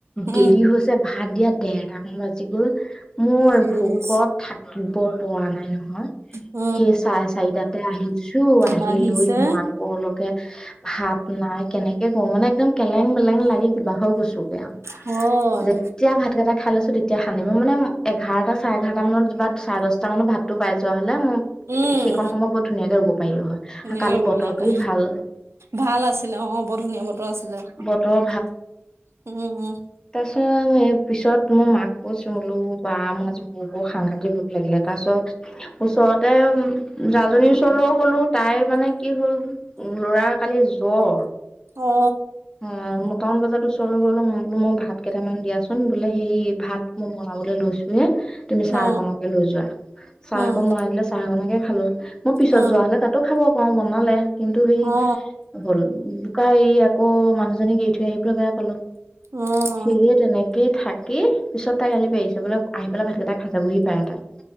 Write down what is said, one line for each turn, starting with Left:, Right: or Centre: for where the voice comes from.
Right: উম
Left: দেৰি হৈছে। ভাত দিয়াত ডেৰটা মান বাজি গ'ল। মই
Right: ইচ
Left: ভোকত থাকিব পৰা নাই নহয়,
Right: অ
Left: সেই চাৰে চাৰিটাতে আহিছ ছো। আহিলৈ
Right: আহিছে
Left: ইমান পৰলৈকে ভাত নাই কেনেকে কওঁ মানে একদম কেলেং মেলেং লাগি কিবা হৈ গৈছোগে আৰু।
Right: হয়
Left: যে এতিয়া ভাতকেইটা খাই লৈছো তেতিয়া শান্তি। মই মানে এঘাৰটা চাৰে এঘাৰটা মানত বাত চাৰে দশটা মানত ভাতটো পাই যোৱা হ'লে মো,
Right: উম
Left: সেইকন সময় বহত ধুনীয়াকে শুৱ পাৰিলো হয়।
Right: তেনেকে
Left: কালি বতৰটোও ভাল।
Right: ভাল আছিলে অৱ বৰ ধুনীয়া বতৰ আছিলে।
Left: বতৰ
Right: উম, উম।
Left: তাৰ পিছত মই এই পিছত মই মাক কৈছো বোলো বা মই আজি বহুত সাংঘাতিক ভোক লাগিলে। তাৰ পাছত ওচৰতে জাজনীৰ ওচৰলৈও গ'লো তাইৰ মানে কি হ'ল, ল'ৰা যোৱা কালি জ্বৰ।
Right: অ
Left: উম, নটামান বজাত ওচৰলৈ গ'লো, মই বোলো মই ভাত কেইটামান দিয়াচোন বোলে সেই ভাত মই বনাবলৈ লৈছো হে তুমি চাহকনকে
Right: অ
Left: লৈ যোৱা। চাহকন
Right: উম
Left: বনাই দিলে চাহকনকে খালো মোৰ পিছত
Right: উম
Left: যোৱা হলে তাত টো খাব পাৰ বনালে কিন্তু সেই
Right: অ
Left: হ'ল। কালি এই আকৌ মানুহজনীক এৰি থৈ আহি পেলাই বেয়া পালো।
Right: অৱ।
Left: সিযে তেনেকে থাকেই পিছত তাই গালি পাৰিছে বোলে আহি পেলাই ভাতকেইটা খাই যাবহি পাৰে তাই।